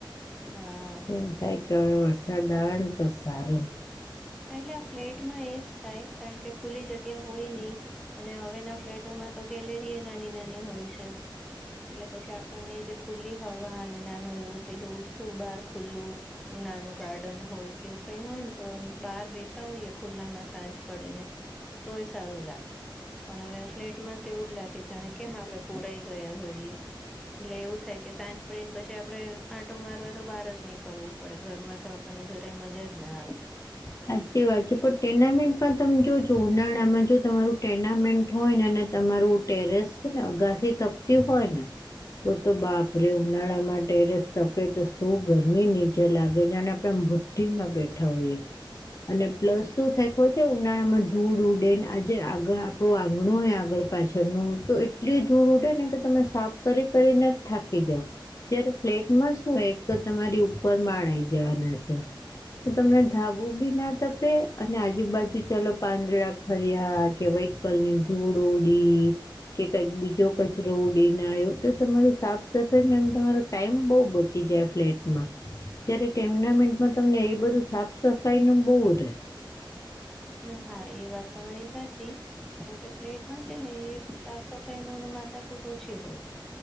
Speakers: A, in the centre; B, on the left.
A: હ.
B: એમ થાય કે હવે વરસાદ આવે ન તો સારુ
A: એટલે આ ફ્લેટમાં એજ થાય કારણ કે ખુલ્લી જગ્યા હોય નહી. અને હવેના ફ્લેટોમાં તો ગેલેરી એ નાની-નાની હોય છે. એટલે પછી આપણને જે ખુલ્લી હવા અને નાનું એવું પેલું સુું બાર ખુલ્લું નાનું ગાર્ડન હોય કેવું કઈ હોય ને તો આમ બહાર બેઠા હોઈય ખુલ્લામાં સાંજ પડે ને તો એ સારું લાગે. પણ હવે આ ફ્લેટમાં તો એવું જ લાગે છે જાણે કેમ આપડે પુરાઈ ગયા હોઈએ. એટલે એવું થાય કે સાંજ પડીને પછી આપડે આંટો મારવા તો બહાર જ નહી કડવું. પડે ઘરમાં તો આપણને જરાય મજા જ ના આવે.
B: સાચી વાત છે પણ ટેર્નામેન્ટમાં તમે જો જો ઉનાળામાં જો તમારું ટેર્નામેન્ટ હોય ને અને તમારું ટેરેસ છે ને અગાસી તપતી હોય ને તો તો બાપરે ઉનાળામાં ટેરેસ તપે તો શું ગરમી નીચે લાગે જાણે આપણેે આમ ભટ્ટ ભટ્ટીમાં બેઠા હોઈએ. અને પ્લસ શું થાય કોઈ કે ઉનાળામાં ધૂળ ઉડે આજે આગળ આપણુ આંગણુ હોય આગળ પાછળનું તો એટલી ધૂડ ઉડે ને કે તમે સાફ કરી કરીને થાકી જાવ. જયારે ફ્લેટમાં શું હોય એક તો તમારી ઉપર માળ આઇ જવાના છે. તો તમને ધાબુ બી ના તપે અને આજુબાજુ ચાલો પાંદડા ખર્યા કે વહી કલ નિંધોડો ડે કે કંઈ બી જો કચરો ઉડી ના આવ્યો તો તમાર સાફ સફાઈ એમ તમારો ટાઈમ બઉ બચી જાય ફ્લેટમાં. જયારે ટેમનામેન્ટમાં તમને એ બધું સાફ સફાઈ નું બહુ રહેે.
A: ન હા એ વાત તમારી સાચી. કારણ કે ફ્લેટમાં છે ને એ સાફ સફાઈનું ને માથા કુટ ઓછી હોય.